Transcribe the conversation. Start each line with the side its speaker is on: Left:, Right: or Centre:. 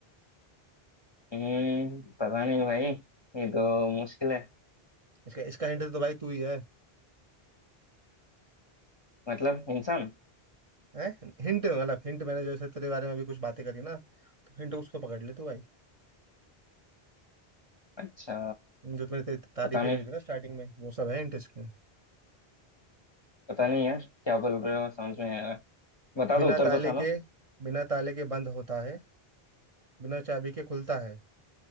Left: हम्म, पता नहीं भाई ये तो मुश्किल है
Right: इसका इसका हिंट तो भाई तू ही है
Left: मतलब इंसान
Right: हैं हिंट मतलब हिंट मैंने जैसे तेरे बारे में भी कुछ बातें करी ना तो हिंट उसको पकड़ ले तू भाई
Left: अच्छा
Right: जो तुमने ते- तारीफें
Left: पता नहीं
Right: करी थी ना स्टार्टिंग में वो सब है इंट इसमें
Left: पता नहीं यार क्या बोल रहे हो समझ में नहीं आ रहा बता
Right: बिना
Left: दो उत्तर
Right: ताले
Left: बता दो
Right: के बिना ताले के बंद होता है बिना चाबी के खुलता है